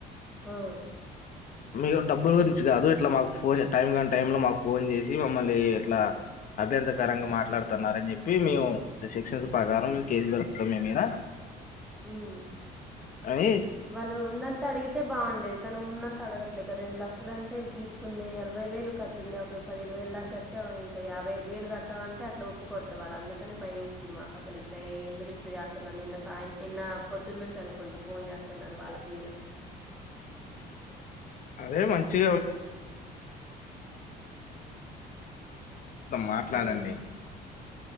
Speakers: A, in the centre; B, on the left (about 50°).
A: ఆ
B: మీకు డబ్బులు గురించి కాదు ఇట్లా మాకు ఫోన్ టైం కానీ టై లో మాకు ఫోన్ చేసి మమ్మల్ని ఇట్లా అభ్యంతరకరంగా మాట్లాడుతున్నారని చెప్పి ఇ మేము సెక్షన్స్ ప్రకారం కేసు వెడతాం మీ మీద
A: ఉమ్
B: అనీ
A: వాళ్ళు ఉన్నంత అడిగితే బాగుండేది కానీ ఉన్నంత అడగట్లేక రెండు లక్షల అంటే తీసుకుంది ఎనభై వేలు కట్టింది ఒక పదిహేను వేలు దాకా కట్టమ్ ఇంకా యాభై ఐదు వేలు కడతామంటే అట్లా ఒప్పుకోవట్లే వాళ్ళ అందుకని భయం వేసింది, మాకు అసలు ఇట్లా ఎందుకు ఇట్ల చేస్తున్నారు నిన్న సాయంత్రమ్ నిన్న పొద్దున్న నుంచి అనుకుంటా ఫోన్ చేస్త నర్ వాళ్ళకి వీళ్ళకి
B: అదే వాళ్ళతో మాట్లాడండి
A: ఉమ్